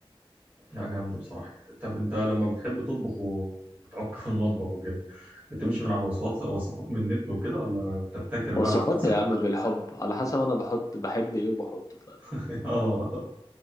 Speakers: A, on the right (about 15°); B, on the left (about 35°).
A: لا جامدة بصراحة طب انت لما بتحب تطبخ وبتعك في المطبخ وكده بتمشي من على وصفات وصفات من النت وكده ولا بتبتكر
B: وصفات
A: بقى مع نفسك
B: يا عم بالحب على حسب انا بحط بحب ايه وبحطه فاهم
A: <laughs> اه